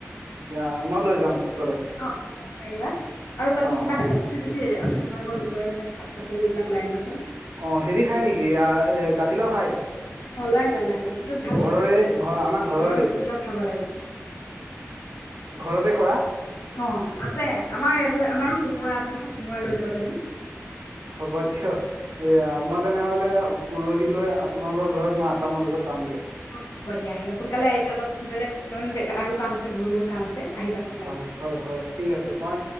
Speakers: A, on the right (about 65°); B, on the left (about 60°).
A: দা মই লৈ যাম গলে
B: অ অ অ নাইনিবা আৰু বাকী
A: অ
B: কিবা
A: অ
B: শাক পাচলি যদি আছে তোমালোকৰ লোকৰ মানে শাক পাচি এইবিলাক ল আনিবচোন
A: অ হেৰি খাই নেকি এ জাতিলাও খায়
B: অ লৈ আ নিনিবা লৈ আনিবা সেইটোতো ভাল
A: ঘৰৰে
B: লাগে খাই গৰমত
A: ঘ আমাৰ ঘৰৰে
B: গৰমত জাতিলওক খাব লাগে
A: ঘৰতে কৰা
B: অ আছে আমাৰ এইফালে আমাৰো কোমোৰা আছে নহয় কোমোৰা লৈ যাবা তুমি
A: হ'ব দিয়ক এয়া মই তেনেহলে পৰহিল লৈ আপোনালোকৰ ঘৰত মই আঠটামান বজাত সাতামগৈ
B: অ হ'ব দিয়া আহিবা সোনকালে আহিবা অলপ সোনকালে তাৰমানে আৰু কাম আছে বহুত বহুত কাম আছে আহিবা সোনকালে
A: হয় হয় হয় ঠিক আছে মই